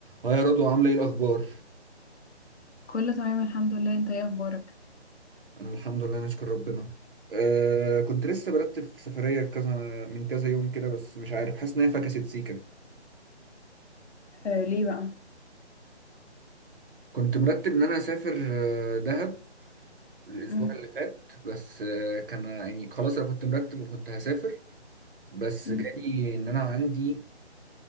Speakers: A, on the right (about 55°); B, on the left (about 75°).
A: اه يا رضوى عاملة ايه الأخبار؟
B: كله تمام الحمد لله انت ايه اخبارك
A: أنا الحمد لله نشكر ربنا آه كنت لسه برتب في سفرية كذا من كذا يوم كده بس مش عارف حاسس إن هي فكست سيكة
B: آه ليه بقى
A: كنت مرتب إن أنا أسافر آه، دهب الأسبوع
B: مم.
A: اللي فات بس آه كان يعني خلاص أنا كنت مرتب وكنت هسافر بس
B: مم.
A: جالي إن أنا عندي